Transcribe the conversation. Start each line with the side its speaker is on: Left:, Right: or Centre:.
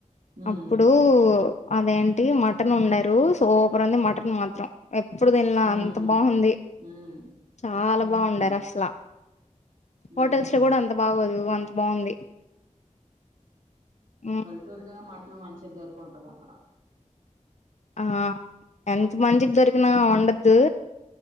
Right: ఉమ్
Left: అప్పుడూ అదేంటి మటన్ వొండారు సూపర్ ఉంది మటన్ మాత్రం ఎప్పుడు తిన్ల
Right: హ్మ్.
Left: అంత బాగుంది
Right: హ్మ్.
Left: చాలా
Right: హుహు.
Left: బాగొండారు అసలా
Right: హ్మ్.
Left: హోటల్స్ లో కూడా అంత బాగోదు అంత బాగుంది మ్
Right: టూర్ గా మట్ను మంచిది దొరికుంటదా అక్కడ
Left: ఆ ఎంత మంచిది దొరికినా వొండొద్దు